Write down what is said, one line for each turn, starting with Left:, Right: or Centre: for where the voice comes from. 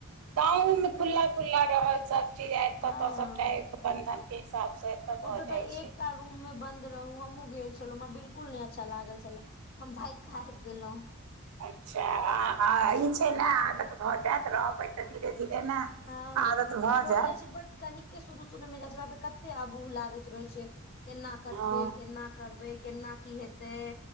Right: गाँव मे खुल्ला- खु्ल्ल रहल सब। चीज आय, एत
Left: हँ
Right: त सबटा ए बंधन के हिसाब से। एतऽ भऽ
Left: ओ तऽ
Right: जाइ
Left: तऽ
Right: छै
Left: एकटा रूम में बंन्द रहु, हमहुँ गेल छेलौं, हमरा बिल्कुल नैय अच्छा लागल छल, हम भैग क अैब गेलौ।
Right: अच्छा! ई छै ने आदत भऽ जेतऽ, रहबै तऽ धीरे -धीरे ने।
Left: हँ,
Right: आदत
Left: ओ भऽ
Right: जायत
Left: जाय छै। बट कनिके के शुरू- शुरू मे जाय छै बाप रे, कते अबुह लागैत रहेै छै, केना कटबे,
Right: हँ
Left: केना करबै, केना की हेतै।